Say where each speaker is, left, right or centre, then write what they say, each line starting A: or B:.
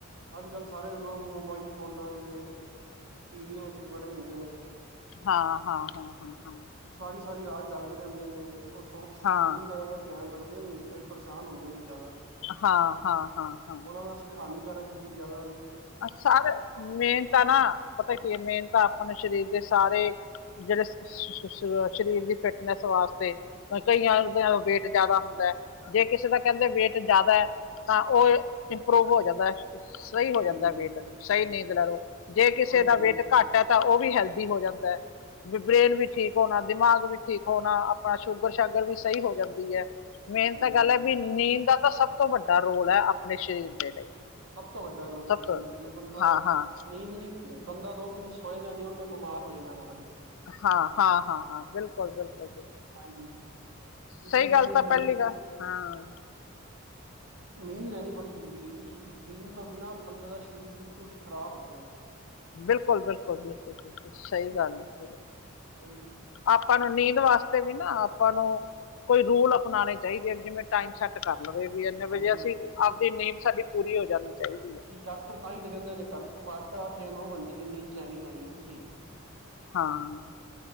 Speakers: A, on the right (about 85°); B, on the left (about 65°).
A: ਅੱਜ ਕੱਲ੍ਹ ਸਾਰੇ ਲੋਕ ਮੋਬਾਈਲ ਫੋਨਾਂ 'ਚ ਟੀਵੀਆਂ 'ਚ ਵੜੇ ਹੁੰਦੇ ਨੇ
B: ਹਾਂ-ਹਾਂ, ਹਾਂ-ਹਾਂ ਹਾਂ
A: ਸਾਰੀ-ਸਾਰੀ ਰਾਤ ਜਾਗਦੇ ਰਹਿੰਦੇ ਨੇ, ਉਹ ਸੋ
B: ਹਾਂ
A: ਨੀਂਦ ਦਾ ਧਿਆਨ ਰੱਖਦੇ ਨੀ ਫਿਰ ਪਰੇਸ਼ਾਨ ਹੁੰਦੇ ਨੇ ਜ਼ਿਆਦਾ,
B: ਹਾਂ ਹਾਂ ਹਾਂ ਹਾਂ
A: ਉਹਨਾਂ ਵਾਸਤੇ ਹਾਨੀਕਾਰਕ 'ਜ ਜ਼ਿਆਦਾ ਵੀ
B: ਸਾਰੇ ਮੇਹਨ ਤਾਂ ਨਾ ਪਤਾ ਕੀ ਹੈ, ਮੇਹਨ ਤਾਂ ਆਪਾਂ ਨੂੰ ਸਰੀਰ ਦੇ ਸਾਰੇ ਜਿਹੜੇ ਸਰੀਰ ਦੀ ਫਿਟਨੈਸ ਵਾਸਤੇ ਕਈਆਂ ਵੇਟ ਜਿਆਦਾ ਹੁੰਦਾ ਹੈ, ਜੇ ਕਿਸੇ ਦਾ ਕਹਿੰਦੇ ਵੇਟ ਜ਼ਿਆਦਾ ਹੈ ਤਾਂ ਉਹ ਇੰਪਰੂਵ ਹੋ ਜਾਂਦਾ, ਸਹੀ ਹੋ
A: ਹਾਂਜੀ
B: ਜਾਂਦਾ
A: ਹਾਂਜੀ
B: ਵੇਟ ਸਹੀ ਨੀਂਦ ਲ ਲੋ, ਜੇ ਕਿਸੇ
A: ਉਹੀ
B: ਦਾ
A: ਗੱਲ
B: ਵੇਟ
A: ਜੀ
B: ਘੱਟ ਹੈ ਤਾਂ ਉਹ ਵੀ ਹੈਲਦੀ ਹੋ ਜਾਂਦਾ ਹੈ। ਬ੍ਰਰੇਨ ਵੀ ਠੀਕ ਹੋਣਾ, ਦਿਮਾਗ ਵੀ ਠੀਕ ਹੋਣਾ, ਆਪਣਾ ਸ਼ੂਗਰ- ਸ਼ਾਗਰ ਵੀ ਸਹੀ ਹੋ ਜਾਂਦੀ ਹੈ। ਮੇਨ
A: ਹਾਂਜੀ
B: ਤਾਂ ਗੱਲ ਹੈ ਵੀ, ਨੀਂਦ ਦਾ ਤਾਂ ਸਭ ਤੋਂ ਵੱਡਾ ਰੋਲ ਹੈ ਆਪਣੇ ਸਰੀਰ ਦੇ ਲਈ
A: ਸਭ ਤੋਂ ਵੱਡਾ ਰੋਲ
B: ਸਭ
A: ਹੈ ਜੀ,
B: ਤੋਂ
A: ਜੇ ਬੰਦਾ
B: ਹਾਂ ਹਾਂ
A: ਨੀਂਦ ਨੀ ਬੰਦਾ ਦੋ ਸੋਏਗਾ ਨੀ ਉਹਨੇ ਬਿਮਾਰ ਹੋਏ ਜਾਨਾਂ ਨਾਲ ਹੀ
B: ਹਾਂ-ਹਾਂ ਹਾਂ-ਹਾਂ, ਬਿਲਕੁਲ-ਬਿਲਕੁਲ ਬਿਲਕੁਲ
A: ਹਾਂਜੀ ਇਸ
B: ਸਹੀ
A: ਲਈ
B: ਗੱਲ ਤਾਂ
A: ਨੀ
B: ਪਹਿਲੀ ਗੱਲ, ਹਾਂ
A: ਨੀਂਦ ਲੈਣੀ ਬੜੀ ਜ਼ਰੂਰੀ ਹੈ ਜੀ, ਨੀਂਦ ਤੋਂ ਬਿਨਾਂ ਬੰਦੇ ਦਾ ਸਰੀਰ ਬਿਲਕੁਲ ਖ਼ਰਾਬ ਹੋ ਜੇ ਗਾ।
B: ਬਿਲਕੁਲ-ਬਿਲਕੁਲ ਬਿਲਕੁਲ-ਬਿਲਕੁਲ, ਸਹੀ ਗੱਲ ਆ ਫਿਰ
A: ਹਾਂਜੀ
B: ਆਪਾਂ ਨੂੰ ਨੀਂਦ ਵਾਸਤੇ ਵੀ ਨਾ ਆਪਾਂ ਨੂੰ, ਕੋਈ ਰੂਲ ਅਪਣਾਉਣੇ ਚਾਹੀਦੇ ਆ ਜਿਵੇਂ ਟਾਈਮ ਸੈੱਟ ਕਰ ਲਵੇ ਵੀ ਇੰਨੇ ਵਜੇ,
A: ਹਾਂਜੀ
B: ਅਸੀਂ ਆਪਦੀ ਨੀਂਵ ਸਾਡੀ ਪੂਰੀ ਹੋ ਜਾਣੀ। ਚਾਹੀਦੀ ਹੈ
A: ਜ ਡਾਕਟਰ ਤਾਂ ਹੀ ਤੇ ਕਹਿੰਦੇ ਨੇ ਘੱਟ ਤੋਂ ਘੱਟ, ਅੱਠ ਜਾਂ ਨੌ ਘੰਟੇ ਦੀ ਨੀਂਦ ਲੈਣੀ-ਲੈਣੀ ਤੁਸੀਂ
B: ਹਾਂ,